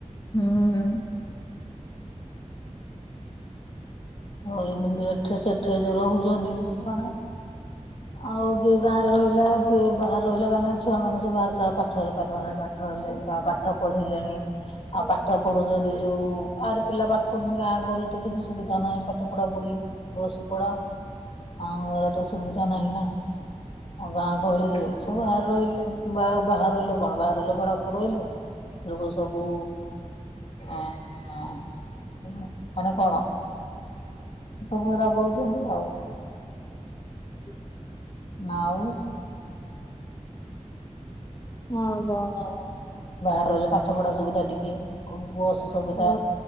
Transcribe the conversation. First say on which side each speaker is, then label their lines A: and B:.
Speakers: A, on the left; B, on the left.
A: ହୁଁ ହୁଁ।
B: ଆଉ ଏମିତି ଏଠି ସେଠି ଯୋଉ ରହୁଛନ୍ତି ସେମାନେ । ଆଉ ଯିଏ ଗାଁ ରେ ରହିଲା କିିଏ ବାହାରେ ରହିଲା କାହିଁକି ଛୁଆ ମାନ ସବୁ ବାହା ସହା ପାଠ ରେ ବାହ ପାଠରେ । କଲେ ତ ପାଠ ପଢିଲେଣି ଆଉ ପାଠ ପଢୁଛନ୍ତି ଯୋଉ ଆରେ ପିଲା ପାଠ ପଢୁଛନ୍ତି ଗାଁ । ରୁ ତ କିଛି ସୁବିଧା ନାହିଁ ପାଠ ପଢା ପଢି ବସ ପଢା ଆଉ ଏ ରା ତ ସୁବିଧା । ନାହିଁ ନା ଆଉ ଗାଁ ଗହଳି ରେ ସବୁ ବହରେ ରହିଲେ। ବାହା ବାହାରେ ରହିଲ କଣ ବାହାର ରହିଲ ଭଡାକୁ ରହିଲେ । ସବୁ ହଁ ମାନେ କଣ । ସବୁଗୁରା କରୁଛନ୍ତି ଆଉ ।
A: <unintelligible>
B: ନା ଆଉ ।
A: ହଁ ଉ କଣ ଆଉ ।
B: ବାହାରେ ରହିଲେ ପାଠ ପଢା ସୁବିଧା ଟିକେ ବସ୍ ସୁବିଧା
A: ହଁ